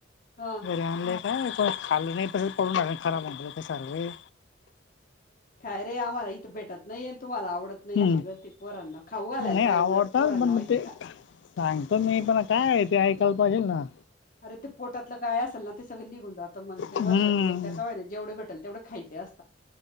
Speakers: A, on the left; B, on the left.
A: ह
B: घरी आणले. हं कोणी खाल्ले नाही तसेच पडून राहिले खराब होऊन जाते सर्वे
A: काय रे आम्हाला इथं भेटत नाही आणि तुम्हाला आवडत नाही
B: हम्म.
A: अशी गत हाई पोरांना खाऊ घालायला
B: नाही
A: पाहिला
B: आवडतात
A: उलट पोरांना
B: पण मग
A: माहितीए
B: ते
A: का?
B: सांगतो मी पण काय आहे ते ऐकायला पाहिजेल ना?
A: अरे ते पोटातलं काय असेल ना ते सगळ निघून जातं म्हणं ते
B: हम्म
A: वर्षातून एकदा का होईना जेवढ भेटल तेवढ खायचे अस